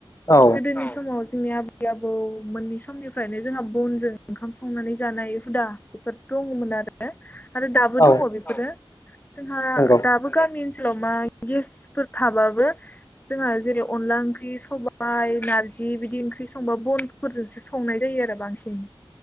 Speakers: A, on the left (about 35°); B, on the left (about 20°).
A: औ
B: गोदोनि समाव जोंनि आब आबै आबौ मोननै समनिफ्रायनो जोंहा बनजों ओंखाम संनानै जानाय हुदा बेफोर दङमोन आरो। आरो दाबो
A: औ
B: दङ बिफोरो जोंहा
A: नंगौ
B: दाबो गामि ओन सोलाव मा गेसफोर थाबाबो जोंहा जेरै अनला ओं ख्रि सबाय नारजि बिदि ओंख्रि संबा बनफोरजोंसो संनाय जायो आरो बांसिन।